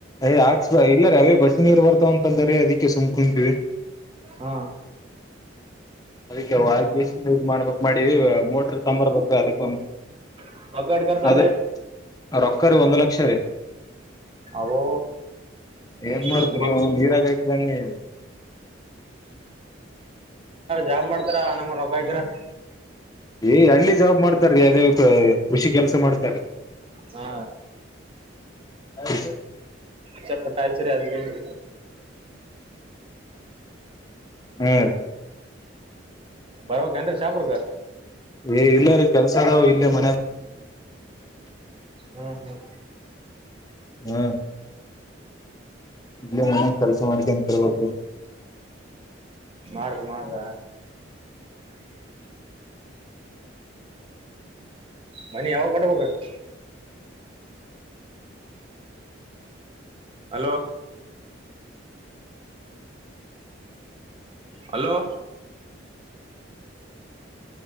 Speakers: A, on the left; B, on the right.
A: ಯ್ ಆಕ್ಸ ಇಲ್ಲಾರ ಅವೇ ಬಸಿ ನೀರ್ ಬರ್ತಾವ ಅಂತಾದರಿ ಅದಕ್ಕೆ ಸುಂಕ್ ಕುಂತೀವಿ
B: ಹಾ
A: ಅದಕ್ಕೆ ಆಸ ಇ ಮಾಡ್ಬೇಕಕ್ ಮಾಡಿದೀ <unintelligible> ಮೋಟ್ರ ತಂಬರ್ಬೇಕ
B: ರೊಕ್ಕಟ್ ಖರ್ಚ
A: ಅದ
B: ಇದೆ
A: ಅ ರೊಕ್ಕರಿ ಒಂದ್ ಲಕ್ಷ ರೀ
B: ಅವೋ
A: ಏನ್ ಮಾಡ್ತರಿ
B: ನಿಮ್
A: ನೀರಗ ತಿಲಂಗೇರು
B: ಜಾಬ್ ಮಾಡ್ತಾರ ಅನ ಮಾಡ್ ಬತರ <unintelligible>
A: ಏ ಹಳ್ಳಿ ಜವಾಬ್ ಮಾಡ್ತಾರೀ ಅದೇ ಕೃಷಿ ಕೆಲ್ಸ ಮಾಡ್ತಾರ
B: ಹಾ
A: ಅ <inaudible>
B: ಚಟಾಯಚರಿ ಅಧಿಕ <inaudible>
A: ಹ್ಮೀ
B: ಬರಕ ಏನ್ ಶಾಪರ್ಗ
A: ಏ ಇಲ್ಲಾರ ಕೆಲ್ಸ ಅದಾವ ಇಲ್ಲಿ ಮನೆ
B: ಹ್ಮ್ ಹ್ಮ್
A: ಹ್ಮ ಇಲ್ಲ ಮನೆ ಕೆಲ್ಸ ಮಾಡ್ಕ ನ್ ತರ್ಬೇಕ್ರೀ
B: ಮಾಡಾರ್ರ ಮಾಡುದ ಮನಿ ಯಾವಾಗ ಕೊಟ್ಟಬೇಕ ಹಲೋ ಹಲೋ